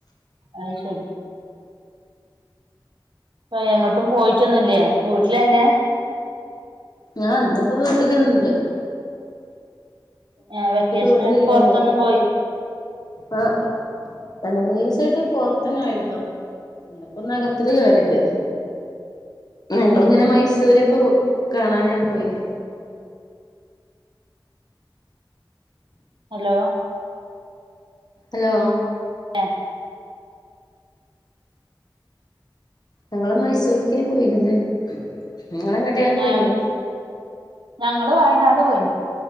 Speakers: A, on the right; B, on the left.
A: ആയ് ശരി. അ എങ്ങോട്ടും പോയിട്ടൊന്നുംല്ലേ വീട്ടിലന്നെ?
B: ഞാൻ ഇന്നിപ്പോ വീട്ടില് ഇണ്ട്.
A: ആ വെക്കേഷൻ
B: വീട്ടിലില്ലേനോ
A: ആയിട്ട് പൊറത്തൊന്നും പോയി
B: ആഹ് രണ്ട് മൂന്ന് ദിവസായിട്ട് പോറത്തന്നെ ആയിരുന്നു. ഇന്നിപൊന്നകത്തില് കേയറിയത്. ഞങ്ങളിങ്ങനെ മൈസൂരൊക്ക കാണാനു ഇങ്ങനെ പോയിന്.
A: ഹലോ
B: ഹലോ
A: ആ
B: ഞങ്ങള് മൈസൂർക്കിനി പോയിരുന്നത്. നിങ്ങളെങ്ങട്ടേ
A: ഏ
B: പോയിനിയോ
A: ഞങ്ങള് വയനാട് പോയിന്